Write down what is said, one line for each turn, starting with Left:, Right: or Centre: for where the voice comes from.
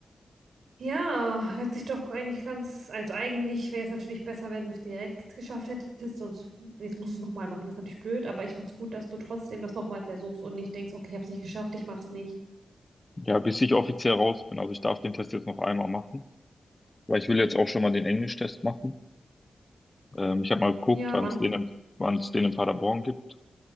Right: Ja, hört sich doch eigentlich ganz. Also eigentlich wäre es natürlich besser, wenn du es direkt geschafft hättest. Sonst jetzt musst du es nochmal machen. Das ist natürlich blöd, aber ich finde es gut, dass du trotzdem das nochmal versuchst und nicht denkst, okay, ich habe es nicht geschafft, ich mach's nicht.
Left: ja, bis ich offiziell raus bin. Also ich darf den Test jetzt noch einmal machen, weil ich will jetzt auch schon mal den Englisch-Test machen. Ähm, ich habe mal geguckt,
Right: Ja,
Left: wann
Right: wann?
Left: es den, in- wann es den in Paderborn gibt.